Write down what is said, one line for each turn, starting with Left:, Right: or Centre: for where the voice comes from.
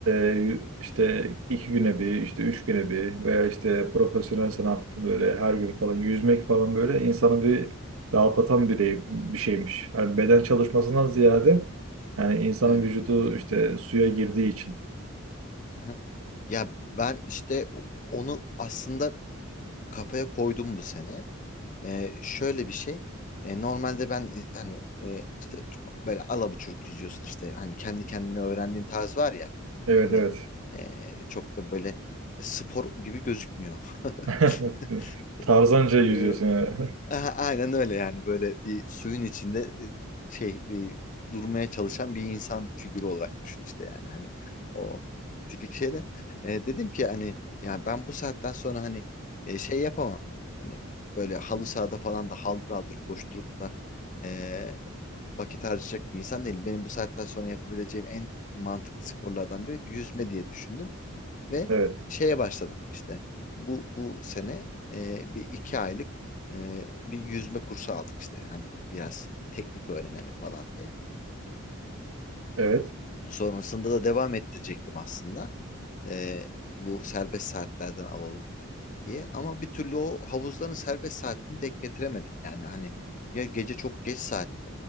Right: e, işte iki güne bir işte üç güne bir veya işte profesyonel sanat böyle her gün falan yüzmek falan böyle insanı bir rahatlatan bir, bir şeymiş. Hani beden çalışmasından ziyade yani insanın
Left: Evet.
Right: vücudu işte suya girdiği için.
Left: Aha. Ya ben işte o- onu aslında kafaya koydum bu sene. E, şöyle bir şey. E, normalde ben e, hani e, işte çok böyle alabuçuk yüzüyorsun işte hani kendi kendine öğrendiğin tarz var ya
Right: Evet
Left: hani
Right: evet.
Left: e, çok da böyle spor gibi gözükmüyor.
Right: <laughs>
Left: <laughs>
Right: Tarzanca yüzüyorsun
Left: Ee,
Right: yani.
Left: a- aynen öyle yani böyle bir suyun içinde e, şey bir durmaya çalışan bir insan figürü olarak düşün işte yani hani o tipik şeyde e, dedim ki hani yani ben bu saatten sonra hani e, şey yapamam hani böyle halı sahada falan da haldır haldır koşturup da e, vakit harcayacak bir insan değilim. Benim bu saatten sonra yapabileceğim en mantıklı sporlardan biri yüzme diye düşündüm. Ve
Right: <laughs> Evet.
Left: şeye başladım işte bu bu sene e, bir iki aylık e, bir yüzme kursu aldık işte hani biraz teknik öğrenelim falan diye.
Right: Evet.
Left: Sonrasında da devam ettirecektim aslında E, bu serbest saatlerden alalım diye ama bir türlü o havuzların serbest saatini denk getiremedik yani hani ya gece çok geç saat